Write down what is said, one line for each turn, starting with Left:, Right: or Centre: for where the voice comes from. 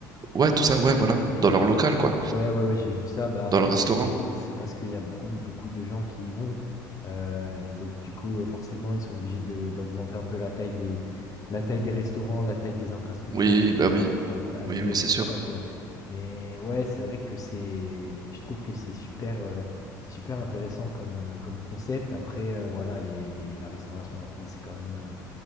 Right: ouais, tout ça, ouais,
Left: Ouais,
Right: voilà,
Left: OK,
Right: dans
Left: OK.
Right: leur local, quoi,
Left: Ouais, ouais, ouais, j'ai vu ça. Bah après,
Right: dans le restaurant.
Left: c'est c'est parce qu'il y a beaucoup, beaucoup de gens qui y vont. Euh, et donc du coup, euh, forcément, ils sont obligés de d'augmenter un peu la taille des la taille des restaurants, la taille des infrastructures
Right: Oui,
Left: pour,
Right: bah
Left: euh,
Right: oui,
Left: pour un peu améliorer
Right: oui, oui, c'est
Left: tout
Right: sûr.
Left: ça, quoi. Mais ouais, c'est vrai que c'est je trouve que c'est super euh, c'est super intéressant comme, euh, comme concept. Après, euh, voilà, les, les- la restauration rapide, c'est quand même. euh,